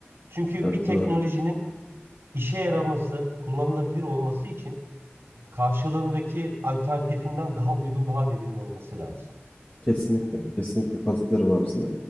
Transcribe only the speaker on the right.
Çünkü
bir teknolojinin
işe yaraması, kullanılabilir olması için karşılığındaki alternatifinden daha uygun, daha verimli olması lazım.